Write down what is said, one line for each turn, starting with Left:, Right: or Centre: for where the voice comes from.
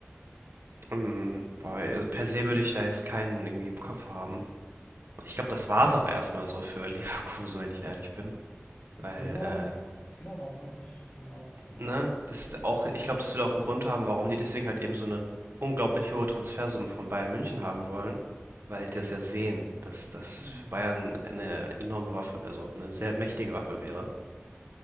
Right: Ähm, boah, also per se würde ich da jetzt keinen irgendwie im Kopf haben. Ich glaube, das war es auch erstmal so für Leverkusen, wenn ich ehrlich bin. Weil
Left: Genau,
Right: äh,
Left: genau, da wollte ich hinausgehen,
Right: Ne?
Left: ja.
Right: Das ist auch ich glaube, das wird auch 'n Grund haben, warum die deswegen halt eben so eine unglaublich hohe Transfersumme von Bayern München haben wollen, weil die das ja sehen, dass das
Left: Mhm,
Right: für Bayern eine enorme Waffe also eine sehr mächtige Waffe wäre.